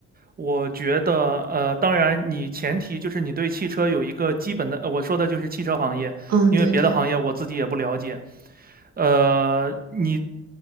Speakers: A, on the right (about 30°); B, on the right (about 60°).
A: 我觉得呃，当然你前提就是你对汽车有一个基本的，呃我说的就是汽车行业，
B: 嗯，
A: 因为别的行业我自己也不了解。
B: 对对，
A: 呃，你